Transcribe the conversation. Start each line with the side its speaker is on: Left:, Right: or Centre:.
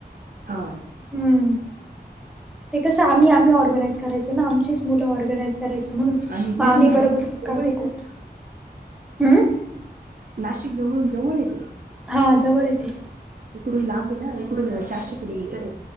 Right: हा
Centre: हम्म ते कसं आम्ही आम्ही ऑर्गनाइज करायचो ना आमचेच मुलं ऑर्गनाइज करायचे म्हणून
Right: आणि
Centre: म
Right: तिथून
Centre: आम्ही
Right: आपल्या
Centre: बरोबर काटेकोठ
Right: जवळ आहे ना
Centre: हम्
Right: नाशिक जवळून जवळ येते
Centre: हा जवळ येते
Right: इकडून लांब आहे ना इकडून चारशे किलोमीटर आहे